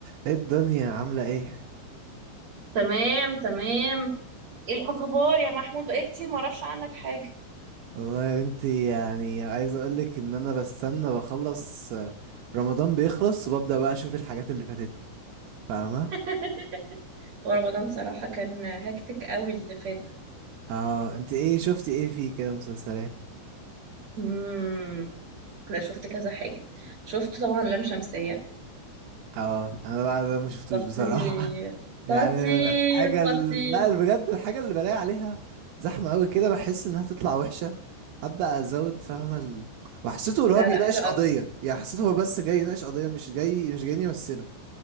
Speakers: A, on the right (about 85°); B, on the right (about 50°).
A: ايه الدنيا عاملة ايه؟
B: تمام تمام ايه الاخبار يا محمود بقالي كتير ما اعرفش عنك حاجه
A: والله يا بنتي يعني عايز اقولك ان انا بستنى بخلص آه، رمضان بيخلص وببدأ بقى اشوف الحاجات اللي فاتتني فاهمة؟
B: <laughs> ورمضان صراحه كان هكتك قوي اللي فات ده
A: اه انت ايه شفتي ايه فيه كده مسلسلات؟
B: امم لا شفت كذا حاجه شفت طبعا لام شمسيه
A: اه انا بقى ده ما شفتوش
B: خطير
A: بصراحة <laughs> يعني
B: خطير
A: الحاجة ال-
B: خطير
A: لا بجد الحاجة اللي بلاقي عليها زحمة قوي كده بحس انها تطلع وحشة هبدأ ازود فاهمة ال... وحسيته اللي
B: لا
A: هو بيناقش
B: لا حلو
A: قضية
B: قوي
A: يعني حسيته هو بس جاي يناقش قضية مش جاي مش جايين يمثله